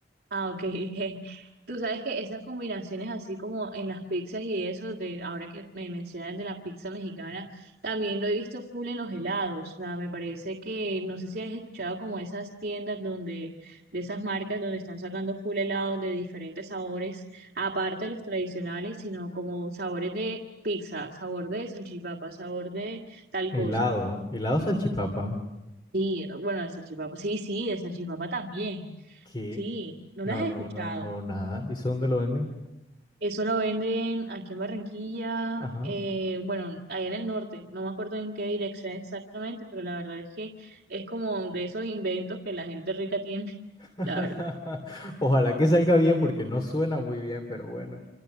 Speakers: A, on the right; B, on the left.
A: ah, ok, <laughs> je. tú sabes que esas combinaciones así como en las pizzas y eso, de ahora que me mencionas de la pizza mexicana, también lo he visto full en los helados, o sea, me parece que, no sé si has escuchado como esas tiendas donde, de esas marcas donde están sacando full helados de diferentes sabores, aparte de los tradicionales, sino como sabores de pizza, sabor de salchipapa, sabor de tal
B: helado.
A: cosa.
B: Helado salchipapa.
A: Sí, bueno, de salchipapa, sí, sí, de salchipapa también.
B: ¿Qué?
A: Sí, no
B: No,
A: las he
B: no,
A: escuchado.
B: no, no, nada. ¿Y eso dónde lo venden?
A: Eso lo venden aquí en Barranquilla,
B: Ajá.
A: eh, bueno, allá en el norte, no me acuerdo en qué dirección exactamente, pero la verdad es que es como de esos inventos que la gente rica tiene, <laughs>
B: <laughs>
A: la verdad.
B: Ojalá que salga bien porque no suena muy bien, pero bueno.